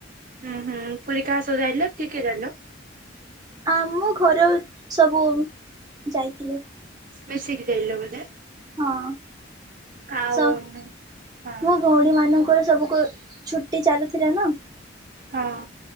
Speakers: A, on the right (about 45°); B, on the right (about 20°).
A: ହୁଁ ହୁଁ ପୁରୀ କା ସହ ଯାଇଥିଲ କିଏ କିଏ ଜାଇଥିଲ?
B: ଆମ ଘର ସବୁ ଯାଇଥିଲି।
A: ମିଶିକି ଯାଇଲ ବୋଧେ।
B: ହଁ
A: ଆଉ
B: ସ
A: ହଁ
B: ମୋ ଭଉଣୀ ମାନଙ୍କର ସବୁ ଛୁଟି ଚାଲୁଥିଲା ନା
A: ହଁ